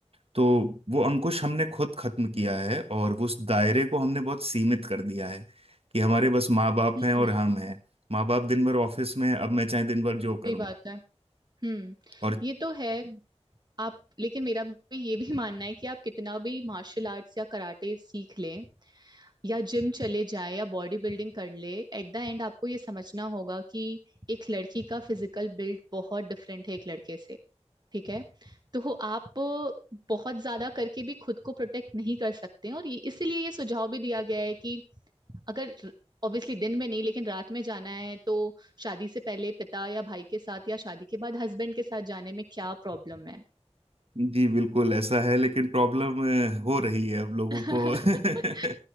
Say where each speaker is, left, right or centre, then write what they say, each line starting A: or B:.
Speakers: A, on the right; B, on the right.
A: तो वो अंकुश हमने खुद खत्म किया है और उस दायरे को हमने बहुत सीमित कर दिया है कि हमारे बस माँ बाप
B: हम्म
A: हैं और हम हैं माँ बाप दिन भर ऑफिस में अब मैं चाहे दिन भर जो
B: सही
A: करूं
B: बात है हम्म
A: और
B: ये तो है आप लेकिन मेरा भी ये भी मानना है कि आप कितना भी मार्शल आर्ट्स या कराटे सीख लें या जिम चले जाए या बॉडी बिल्डिंग कर ले एट द एंड आपको ये समझना होगा कि एक लड़की का फिजिकल बिल्ड बहुत डिफरेंट है एक लड़के से ठीक है तो आप बहुत ज्यादा करके भी खुद को प्रोटेक्ट नहीं कर सकते हैं और ये- इसीलिए ये सुझाव भी दिया गया है कि अगर ऑब्वियसली दिन में नहीं लेकिन रात में जाना है तो शादी से पहले पिता या भाई के साथ या शादी के बाद हस्बैंड के साथ जाने में क्या प्रॉब्लम है
A: जी बिल्कुल ऐसा है लेकिन प्रॉब्लम हो रही है अब लोगों
B: <laughs>
A: को <laughs>